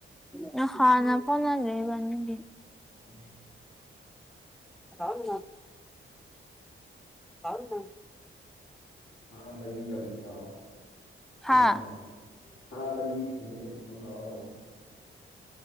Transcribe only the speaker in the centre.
ꯅꯍꯥꯟꯅ ꯄꯅ ꯂꯩꯕꯅꯤꯡꯗꯤ
<unintelligible> ꯑꯪ
ꯍꯥ